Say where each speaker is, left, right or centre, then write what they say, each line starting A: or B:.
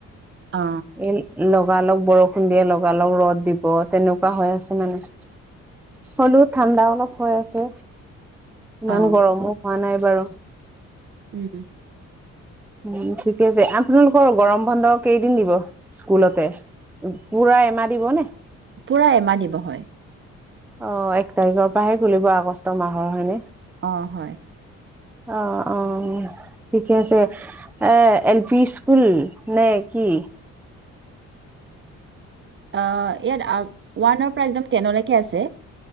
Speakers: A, on the right; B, in the centre.
A: অ
B: এই লগালগ বৰষুণ দিয়ে লগালগ ৰ'দ দিব তেনেকুৱা হৈ আছে মানে হ'লেও ঠাণ্ডা অলপ হৈ আছে ইমান
A: অ',
B: গৰমো হোৱা নাই বাৰু।
A: উম
B: উম ঠিকে আছে আপোনালোকৰ গৰম বন্ধ কেইদিন দিব স্কুলতে পুৰা এমাহ দিব নে?
A: পুৰা এমাহ দিব হয়।
B: অ' এক তাৰিখৰ পৰাহে খুলিব আগষ্ট মাহৰ হয়নে?
A: অ' হয়
B: অ' অ' ঠিকে আছে এ এল পি স্কুল নে কি?
A: আ ইয়াত ওৱানৰ পৰা একদম টেনলৈকে আছে।